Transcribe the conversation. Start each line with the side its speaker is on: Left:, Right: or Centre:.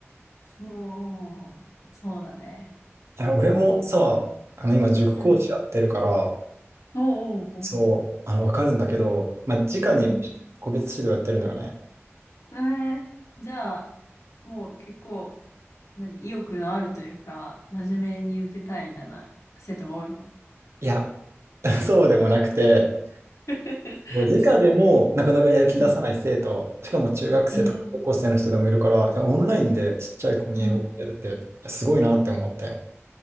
Left: そう、そうだね。
Right: や、俺もさ、
Left: それが
Right: あの、今、塾講師やってるから、
Left: うん。おうおうおう。
Right: そう、あの、わかるんだけど、まあ、直に教える個別指導やってるのよね。
Left: うん。えー、じゃあ、もう結構、何、意欲のあるというか、真面目に受けたいみたいな生徒が多いのかな。
Right: いや、<laughs> そうでもなくて、
Left: <laughs>
Right: もう直でもなかなかやる気出さない生徒、
Left: そううん
Right: しかも中学生とか高校生の人でもいるから、
Left: えー
Right: いや、オンラインでちっちゃい子に英語を教えるって、
Left: うん
Right: いやすごいなって思って。